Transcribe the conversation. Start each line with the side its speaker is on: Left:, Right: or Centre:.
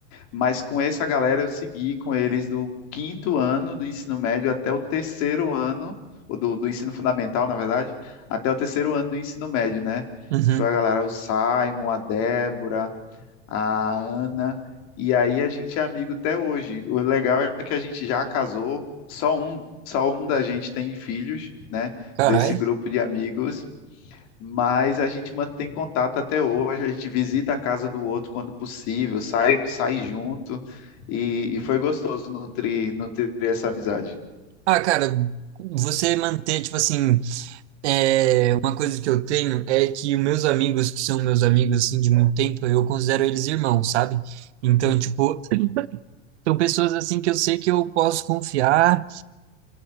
Left: Mas com essa galera eu segui com eles do quinto ano do ensino médio até o terceiro ano, ou do, do ensino fundamental, na verdade, até o terceiro ano do ensino médio, né?
Right: uhum.
Left: foi a galera, o Simon, a Débora, a Ana, e aí a gente é amigo até hoje. O legal é que a gente já casou, só um, só um da gente tem filhos, né?
Right: Caralho.
Left: Desse grupo de amigos, mas a gente mantém contato até hoje, a gente visita a casa do outro quando possível, sai, sai junto, e, e foi gostoso nutrir, nutrir essa amizade.
Right: Ah, cara, você manter, tipo assim, é, uma coisa que eu tenho é que os meus amigos, que são meus amigos, assim, de muito tempo, eu considero eles irmãos, sabe? Então, tipo, são pessoas, assim, que eu sei que eu posso confiar